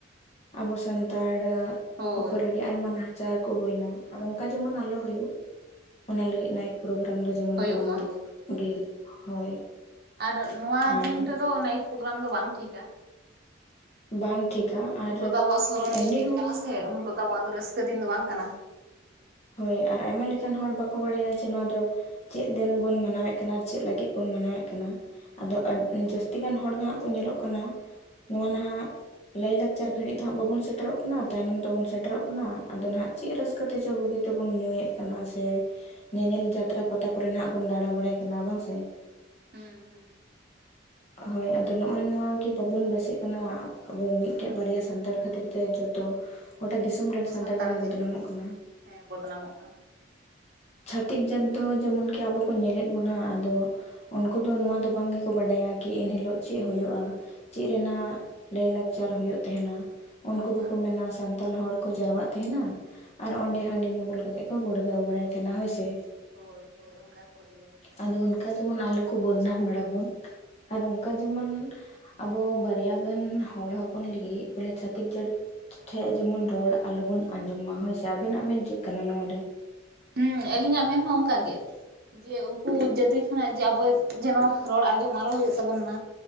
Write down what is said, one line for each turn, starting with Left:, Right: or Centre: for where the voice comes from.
Left: ᱟᱵᱚ ᱥᱟᱱᱛᱟᱲᱟᱜ᱾
Right: ᱦᱳᱭ
Left: ᱩᱯᱚᱨ ᱨᱮᱜᱮ ᱟᱭᱢᱟ ᱱᱟᱦᱟᱪᱟᱨ ᱠᱚ ᱦᱩᱭᱱᱟ ᱟᱨ ᱚᱱᱠᱟ ᱡᱮᱢᱚᱱ ᱟᱞᱚ ᱦᱩᱭᱩᱜ᱾ ᱚᱱᱟ ᱞᱟᱹᱜᱤᱫ
Right: ᱦᱩᱸ
Left: ᱱᱟᱭᱤᱴ ᱯᱨᱳᱜᱨᱟᱢ ᱫᱚ ᱡᱮᱢᱚᱱ
Right: ᱦᱩᱭᱩᱜ
Left: ᱵᱚᱱᱫᱚᱜ
Right: ᱢᱟ ᱦᱳᱭ
Left: ᱜᱤ ᱦᱳᱭ᱾
Right: ᱟᱨ ᱱᱚᱣᱟ
Left: ᱟᱨ
Right: ᱫᱤᱱ ᱨᱮ ᱫᱚ ᱱᱟᱭᱤᱴ ᱯᱨᱳᱜᱨᱟᱢ ᱫᱚ ᱵᱟᱝ ᱴᱷᱤᱠᱟ᱾
Left: ᱵᱟᱝ ᱴᱷᱤᱠᱟ᱾ ᱟᱨ
Right: ᱩᱱ ᱦᱤᱞᱳᱜ ᱫᱚ ᱟᱵᱚᱣᱟᱜ ᱥᱚᱨᱚᱱᱤᱭᱚ
Left: ᱮᱢᱱᱤ
Right: ᱫᱤᱱ
Left: ᱦᱚᱸ
Right: ᱠᱟᱱᱟ ᱥᱮ ᱩᱱ ᱦᱤᱞᱳᱜ ᱫᱚ ᱟᱵᱚᱣᱟᱜ ᱫᱚ ᱨᱟᱹᱥᱠᱟᱹ ᱫᱤᱱ ᱫᱚ ᱵᱟᱝ ᱠᱟᱱᱟ᱾
Left: ᱦᱳᱭ ᱟᱨ ᱟᱭᱢᱟ ᱞᱮᱠᱟᱱ ᱦᱚᱲ ᱵᱟᱠᱚ ᱵᱟᱲᱟᱭᱟ ᱡᱮ ᱱᱚᱣᱟ ᱫᱚ᱾ ᱪᱮᱫ ᱫᱤᱱ ᱵᱚᱱ ᱢᱟᱱᱟᱣᱮᱫ ᱠᱟᱱᱟ ᱪᱮᱫ ᱞᱟᱹᱜᱤᱫ ᱵᱚᱱ ᱢᱟᱱᱟᱣᱮᱫ ᱠᱟᱱᱟ ᱟᱫᱚ ᱟᱰ
Right: ᱦᱳᱭ
Left: ᱡᱟᱹᱥᱛᱤ ᱜᱟᱱ ᱦᱚᱲ ᱫᱚ ᱦᱟᱸᱜ᱾ ᱠᱚ ᱧᱮᱞᱚᱜ ᱠᱟᱱᱟ ᱱᱚᱣᱟ ᱱᱟᱦᱟᱜ᱾ ᱞᱟᱹᱭ ᱞᱟᱠᱪᱟᱨ ᱜᱷᱟᱹᱲᱤᱡ ᱫᱚ ᱦᱟᱸᱜ ᱵᱟᱵᱚᱱ ᱥᱮᱴᱮᱨᱚᱜ ᱠᱟᱱᱟ ᱛᱟᱭᱱᱚᱢ ᱛᱮᱵᱚᱱ ᱥᱮᱴᱮᱨᱚᱜ ᱠᱟᱱᱟ ᱟᱫᱚ ᱱᱟᱦᱟᱜ ᱪᱮᱫ ᱨᱟᱹᱥᱠᱟᱹ ᱛᱮᱪᱚ ᱵᱩᱜᱤ᱾ ᱛᱮᱵᱚᱱ ᱧᱩᱭᱮᱫ ᱠᱟᱱᱟ ᱥᱮ ᱧᱮᱧᱮᱞ ᱡᱟᱛᱨᱟ ᱯᱟᱛᱟ ᱠᱚᱨᱮᱱᱟᱜ ᱵᱚᱱ ᱫᱟᱲᱟ ᱵᱟᱲᱟᱭ ᱠᱟᱱᱟ ᱵᱟᱝ ᱥᱮ᱾
Right: ᱦᱮᱸ ᱦᱮᱸ᱾
Left: ᱦᱳᱭ ᱟᱫᱚ ᱱᱚᱜ-ᱚᱭ ᱱᱚᱣᱟᱜᱮ ᱵᱟᱵᱚᱱ ᱵᱮᱥᱮᱜ ᱠᱟᱱᱟ ᱟᱵᱚ ᱢᱤᱫᱴᱮᱡ ᱵᱟᱨᱭᱟ ᱥᱟᱱᱛᱟᱲ ᱠᱷᱟᱹᱛᱤᱨ ᱛᱮ ᱡᱚᱛᱚ᱾ ᱜᱚᱴᱟ ᱫᱤᱥᱚᱢ
Right: ᱡᱚᱛᱚ
Left: ᱨᱮᱱ ᱥᱟᱱᱛᱟᱲ ᱵᱚᱱ
Right: ᱜᱮ
Left: ᱵᱚᱫᱱᱟᱢᱚᱜ ᱠᱟᱱᱟ᱾
Right: ᱦᱮᱸ ᱵᱚᱫᱱᱟᱢᱚᱜ ᱠᱟᱱᱟ᱾
Left: ᱪᱷᱟᱹᱛᱤᱠ ᱡᱟᱹᱛ ᱫᱚ ᱡᱮᱢᱚᱱ ᱠᱤ ᱟᱵᱚ ᱠᱚ ᱧᱮᱞᱮᱫ ᱵᱚᱱᱟ ᱟᱫᱚ᱾ ᱩᱱᱠᱩ ᱫᱚ ᱱᱚᱣᱟ ᱫᱚ ᱵᱟᱝ ᱜᱮᱠᱚ ᱵᱟᱰᱟᱭᱟ ᱠᱤ ᱮᱱᱦᱤᱞᱳᱜ ᱪᱮᱫ ᱦᱩᱭᱩᱜ-ᱟ᱾ ᱪᱮᱫ ᱨᱮᱱᱟᱜ
Right: ᱦᱮᱸ
Left: ᱞᱟᱹᱭ ᱞᱟᱠᱪᱟᱨ ᱦᱩᱭᱩᱜ ᱛᱟᱦᱮᱸᱱᱟ
Right: ᱦᱩᱭᱩᱜᱼᱟ
Left: ᱩᱱᱠᱩ ᱫᱚᱠᱚ
Right: ᱦᱮᱸ
Left: ᱢᱮᱱᱟ᱾ ᱥᱟᱱᱛᱟᱲ ᱦᱚᱲ ᱠᱚ ᱡᱟᱨᱣᱟᱜ ᱛᱟᱦᱮᱸᱱᱟ ᱟᱨ ᱚᱸᱰᱮ ᱦᱟᱺᱰᱤ ᱧᱩ ᱵᱩᱞ ᱠᱟᱛᱮ ᱠᱚ ᱜᱩᱲᱫᱟᱹᱣ ᱵᱟᱲᱟᱭ ᱛᱟᱦᱮᱸᱱᱟ ᱦᱳᱭ ᱥᱮ᱾
Right: ᱦᱳᱭ ᱦᱳᱭ ᱚᱱᱠᱟ ᱜᱮᱠᱚ ᱞᱟᱹᱭᱟ᱾
Left: ᱟᱫᱚ ᱚᱱᱠᱟ ᱡᱮᱢᱚᱱ ᱟᱞᱚ ᱠᱚ ᱵᱚᱫᱱᱟᱢ ᱵᱟᱲᱟ ᱵᱚᱱ ᱟᱨ ᱚᱱᱠᱟ ᱡᱮᱢᱚᱱ᱾ ᱟᱵᱚ ᱵᱟᱨᱭᱟ ᱜᱟᱱ ᱦᱚᱲ ᱦᱚᱯᱚᱱ ᱞᱟᱹᱜᱤᱫ ᱵᱚᱞᱮ ᱪᱷᱟᱹᱛᱤᱠ ᱡᱟᱹᱛᱼᱼ ᱴᱷᱮᱡ ᱡᱮᱢᱚᱱ ᱨᱚᱲ ᱟᱞᱚᱵᱚᱱ ᱟᱸᱡᱚᱢ ᱢᱟ ᱦᱳᱭ ᱥᱮ, ᱟᱵᱤᱱᱟᱜ ᱢᱮᱱ ᱪᱮᱫ ᱠᱟᱱᱟ ᱱᱚᱣᱟ ᱨᱮ?
Right: ᱦᱩᱸ ᱟᱹᱞᱤᱧᱟᱜ ᱢᱮᱱ ᱦᱚᱸ ᱚᱱᱠᱟ ᱜᱮ᱾ ᱡᱮ ᱩᱱᱠᱩ ᱡᱟᱹᱛᱤ ᱠᱷᱚᱱᱟᱜ ᱡᱮ ᱟᱵᱚ ᱡᱮᱱᱚ ᱨᱚᱲ ᱟᱸᱡᱚᱢ ᱟᱞᱚ ᱦᱩᱭᱩᱜ ᱛᱟᱵᱚᱱ ᱢᱟ᱾